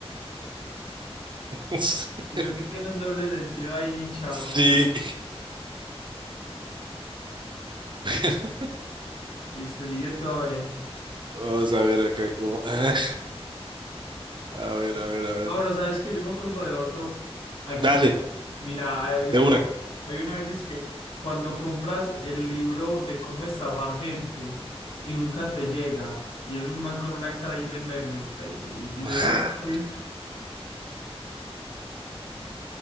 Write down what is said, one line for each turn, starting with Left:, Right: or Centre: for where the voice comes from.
Right: <laughs>
Left: sino que tiene un doble sentido ahí, charro.
Right: Sí. <laughs>
Left: Listo, sigue tú a ver.
Right: Vamos a ver acá cómo. ah, A ver, a ver, a ver.
Left: Ah, bueno, sabes que yo me acuerdo de otro. Aquí,
Right: Dale,
Left: mira, hay <laughs>
Right: de una.
Left: hay una vez dice que cuando compras el libro de cómo estafar gente y nunca te llega, y es un man con una cara ahí de meme, pues, y entonces
Right: <laughs>
Left: me dio tanta risa.